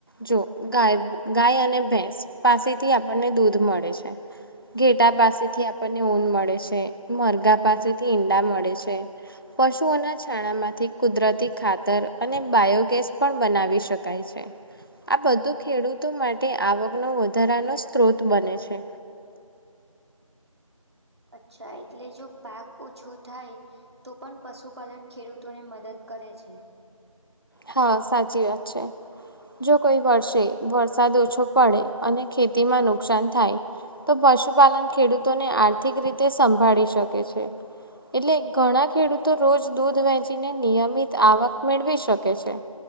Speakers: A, on the left; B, on the right.
A: જો ગાય અને ભેંસ પાસેથી આપણને દૂધ મળે છે. ઘેટાં પાસેથી આપણને ઊન મળે છે અને મરઘીઓ પાસેથી આપણને ઈંડાં મળે છે. પશુઓના છાણમાંથી કુદરતી ખાતર અને બાયોગેસ પણ બનાવી શકાય છે. આ બધું ખેડૂતો માટે આવકનો વધારાનો સ્ત્રોત બને છે.
B: અચ્છા, એટલે જો પાક ઓછો થાય તો. તો પણ પશુપાલન ખેડૂતોને મદદ કરે છે.
A: હા, સાચી વાત છે. જો કોઈ વર્ષે વરસાદ ઓછો પડે અને ખેતીમાં નુકસાન થાય, તો પણ પશુપાલન ખેડૂતોને આર્થિક રીતે મદદરૂપ બને છે. તો પશુપાલન ખેડૂતોને આર્થિક રીતે સંભાળી શકે છે. એટલે ઘણા ખેડૂતો રોજ દૂધ વેચીને નિયમિત આવક મેળવી શકે છે. કે છે.